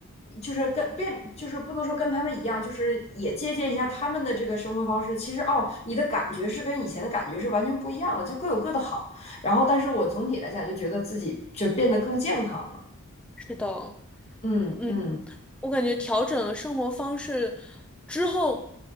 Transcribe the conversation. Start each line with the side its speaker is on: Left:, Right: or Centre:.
Left: 就是跟变，就是不能说跟他们一样，就是也借鉴一下他们的这个生活方式。其实哦，你的感觉是跟以前的感觉是完全不一样了，就各有各的好。然后，但是我总体来讲就觉得自己就变得更健康了。
Centre: 是的。
Left: 嗯嗯
Centre: 嗯，我感觉调整了生活方式之后，